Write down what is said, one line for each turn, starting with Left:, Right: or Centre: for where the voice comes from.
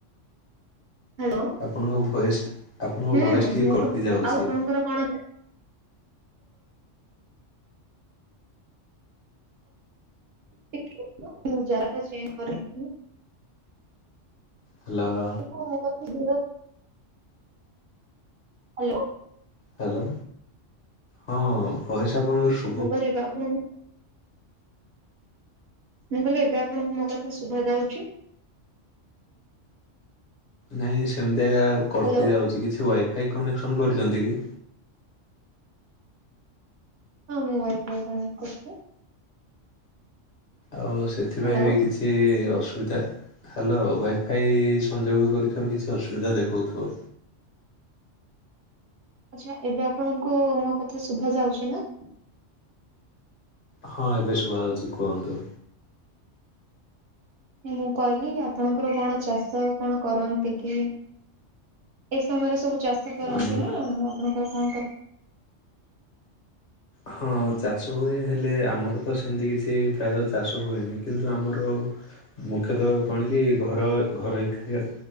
Right: ହ୍ୟାଲୋ।
Left: ଆପଣଙ୍କ ଭଏସ୍ ଆପଣଙ୍କ
Right: ହୁଁ
Left: ଭଏସ୍ ଟିକିଏ
Right: ମୁଁ
Left: କଟିଯାଉଚି।
Right: କ <unintelligible> କଣ <unintelligible>
Left: ହ୍ୟାଲୋ।
Right: <unintelligible> ହ୍ୟାଲୋ।
Left: ହ୍ୟାଲୋ ହଁ ଭଏସ୍ ଆପଣଙ୍କ ଶୁ
Right: ମୁଁ <unintelligible> ଆପଣଙ୍କୁ ମୁଁ କହିଲି ଏବେ ଆପଣଙ୍କୁ ମୋ କଥା ଶୁଭାଯାଉଚି?
Left: ନାଇଁ ସେମିତି ଆଜ୍ଞା କଟି
Right: ହ୍ୟାଲୋ
Left: ଯାଉଚି କିଛି ୱାଇଫାଇ କନେକ୍ସନ କରିଚନ୍ତି କି?
Right: ହଁ ମୁଁ ୱାଇଫାଇ କନେକ୍ଟ କରିଚି।
Left: ଆଉ ସେଥିପାଇଁ
Right: ହ୍ୟାଲୋ
Left: ବି କିଛି ଅସୁବିଧା। ହ୍ୟାଲୋ ୱାଇଫାଇ ସଂଯୋଗ କରିଥିବାରୁ କିଛି ଅସୁବିଧା ଦେଖଉଥିବ।
Right: ଆଚ୍ଛା ଏବେ ଆପଣଙ୍କୁ ମୋ କଥା ଶୁଭାଯାଉଛି ନା?
Left: ହଁ ଏବେ ଶୁଭାଯାଉଚି କୁହନ୍ତୁ?
Right: ମୁଁ କହିଲି ଆପଣଙ୍କର କଣ ଚାଷ କଣ କରନ୍ତି କି? ଏ ସମୟରେ ସବୁ ଚାଷ କରନ୍ତି
Left: ଆମର
Right: ନା ଆପଣଙ୍କର କଣ କର୍
Left: ହଁ ଚାଷ ହୁଏ ହେଲେ ଆମର ତ ସେମ୍ତି କିଛି ପ୍ରାୟ ଚାଷ ହୁଏନି କିନ୍ତୁ ଆମର ମୁଖ୍ୟତଃ କଣ କି ଘର ଘରୋଇ ଖାଇବା